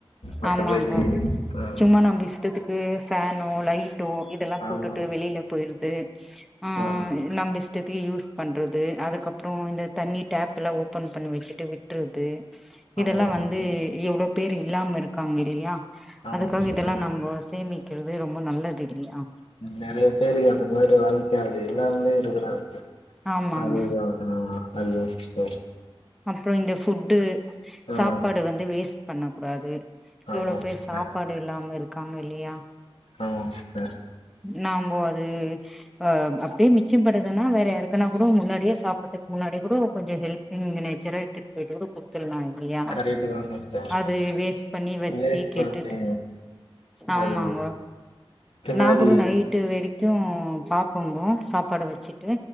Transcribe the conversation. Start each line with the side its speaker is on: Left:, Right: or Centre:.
Left: மத்தபடி
Centre: ஆமாங்க
Left: ஆ
Centre: சும்மா நம்ப இஷ்டத்துக்கு ஃபேனோ லைட்டோ இதெல்லா
Left: ஆமா
Centre: போட்டுட்டு வெளியில போயிற்றது உம்
Left: ஆ
Centre: நம்ப இஷ்டத்துக்கு யூஸ் பண்றது அதுக்கப்றோ இந்த தண்ணி டேப்ல்லா ஓப்பன் பண்ணி வச்சுட்டு விட்றது
Left: ஆமா
Centre: இதெல்லா
Left: சிஸ்டர்
Centre: வந்து எவ்ளோ பேர் இல்லாம இருக்காங்க இல்லையா
Left: ஆமா
Centre: அதுக்காக
Left: சிஸ்டர்
Centre: இதெல்லா நம்ப சேமிக்றது ரொம்ப நல்லது இல்லையா
Left: நெறைய பேருக்கு அந்த மாறி வாழ்க்க அது இல்லாமலே இருக்கறாங்க
Centre: ஆமாங்க
Left: அதுதா ஆ அது யோசிச்சு பார்
Centre: அப்றோ இந்த ஃபுட்டு
Left: ஆ
Centre: சாப்பாடு வந்து வேஸ்ட் பண்ணக்கூடாது
Left: ஆமா
Centre: எவ்ளோ பேர்
Left: சிஸ்டர்
Centre: சாப்பாடு இல்லாம இருக்காங்க இல்லயா
Left: ஆமா சிஸ்டர்
Centre: நம்போ அது அ அப்டியே மிச்சம்படுதுன்னா வேற யாருக்குனா கூட முன்னாடியே சாப்பட்றதுக்கு முன்னாடி கூட கொஞ்சோ ஹெல்ப் இன் இங்க நேச்சரா எடுத்துட்டு போய்ட்டு கூட குடுத்துட்லா இல்லயா
Left: கரெக்ட்டு தா சிஸ்டர்
Centre: அது வேஸ்ட் பண்ணி வச்சு
Left: வேஸ்ட்
Centre: கெட்டுட்டு
Left: பண்ணி
Centre: ஆமாங்க
Left: அதுதா பின்னாடி
Centre: நா கூட நைட்டு வரிக்கு பாப்போங்கோ சாப்பாடு வச்சுட் டு